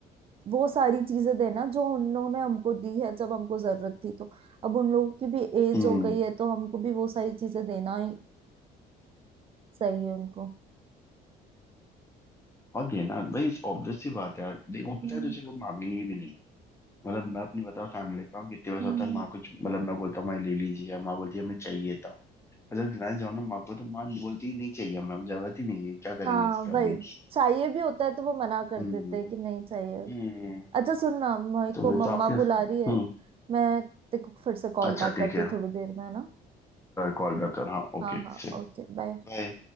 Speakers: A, on the right; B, on the left.
A: वो सारी चीजें देना जो उन्होंने हमको दी है जब हमको जरूरत थी तो अब उन लोगों की भी एज
B: हम्म
A: हो गई है तो हमको भी वो सारी चीजें देना ही सही है उनको
B: और देना भाई ऑब्वियस सी बात है यार देखो पता
A: हम्म
B: है तुझे वो मांगेंगे भी नहीं मतलब मैं अपनी बताऊँ फैमिली का कितने बार
A: हम्म
B: होता
A: हम्म।
B: है माँ कुछ मतलब मैं बोलता हूँ माँ ले लीजिए या माँ बोलती है हमें चाहिए था और जब दिलाने जाओ ना माँ को तो माँ बोलती है, नहीं चाहिए हमें अब जरूरत ही नहीं है क्या करेंगे
A: हाँ
B: इसका अभी
A: वही चाहिए भी होता है तो वो मना कर
B: हम्म
A: देते हैं कि नहीं चाहिए
B: हम्म
A: अच्छा सुन ना मेरे
B: तो
A: को
B: फिर तो
A: मम्मा
B: आपके हम्म
A: बुला रही है मैं तेको फिर से कॉल
B: अच्छा
A: बैक
B: ठीक
A: करती
B: है
A: हूँ थोड़ी देर में है ना
B: कॉल बैक कर हाँ ओके
A: हाँ हाँ ओके बाय
B: बाय